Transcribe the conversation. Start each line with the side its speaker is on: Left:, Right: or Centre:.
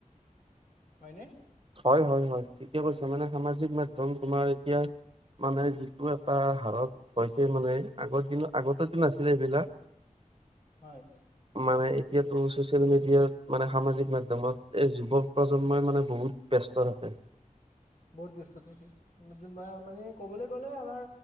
Left: হয়নে?
Right: হয়-হয়-হয় ঠিকে কৈছে মানে সামাজিক মাধ্যম তোমাৰ এতিয়া মানে যিটো এটা হাৰত হৈছে মানে আগৰ দিন আগতেতো নাছিলে এইবিলাক
Left: হয়।
Right: মানে এতিয়াতো চচিয়েল মিডিয়াত মানে সামাজিক মাধ্যমত এই যুৱ প্ৰজন্মই মানে বহুত ব্যস্ত থাকে।
Left: বহুত ব্যস্ত থাকে মানে ক'বলৈ গ'লে আমাৰ